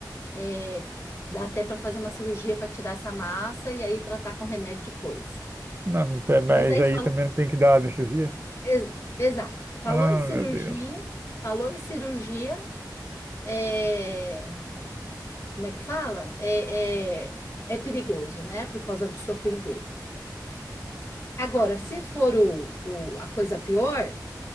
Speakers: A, on the left; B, on the right.
A: é, dá até para fazer uma cirurgia para tirar essa massa e aí tratar com remédio depois.
B: Não, é, mas
A: Mas aí
B: aí
A: falo,
B: também não tem que dar anestesia?
A: ex- exato, falou
B: Ah,
A: em cirurgia,
B: meu Deus.
A: falou em cirurgia, é, como é que fala? É, é, é perigoso, né? Por causa do surpreender. Agora, se for o, o- a coisa pior